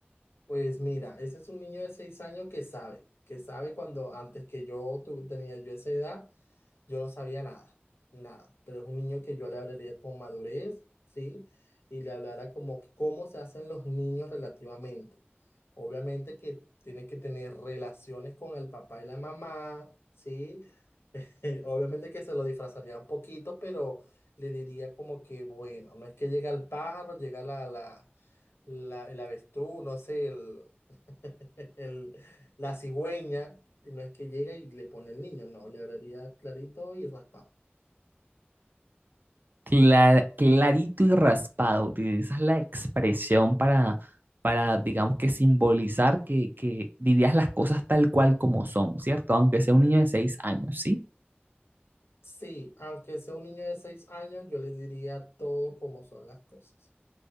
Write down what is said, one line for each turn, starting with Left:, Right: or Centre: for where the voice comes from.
Left: Pues mira, ese es un niño de seis años que sabe, que sabe cuando antes que yo tu- tenía yo esa edad, Yo no sabía nada, nada, pero es un niño que yo le hablaría con madurez, ¿sí? Y le hablara como cómo se hacen los niños relativamente. Obviamente que tiene que tener relaciones con el papá y la mamá, ¿sí? <laughs> Obviamente que se lo disfrazaría un poquito, pero le diría como que, bueno, no es que llega el pájaro, llega la, la, la, el avestruz, no sé, el, <laughs> el- la cigüeña, y no es que llega y le pone el niño, no, le hablaría clarito y raspado.
Right: Cla- clarito y raspado, utilizas la expresión para, para digamos que simbolizar que, que dirías las cosas tal cual como son, ¿cierto? Aunque sea un niño de seis años, ¿sí?
Left: Sí, aunque sea un niño de seis años, yo les diría todo como son las cosas.